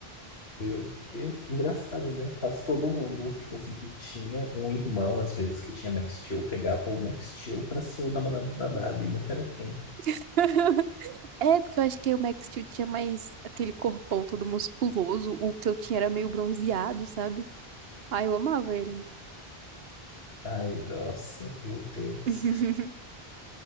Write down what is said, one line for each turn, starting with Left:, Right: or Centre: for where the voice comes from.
Left: Meu Deus, engraçado, né? Quase todo mundo, tipo assim, que tinha um irmão, às vezes, que tinha Max Steel, pegava o Max Steel pra ser o namorado da Barbie. Não quero quem.
Right: <laughs> É, porque eu acho que o Max Steel tinha mais aquele corpão todo musculoso. O que eu tinha era meio bronzeado, sabe? Ah, eu amava ele.
Left: Ai, nossa, meu Deus.
Right: <laughs>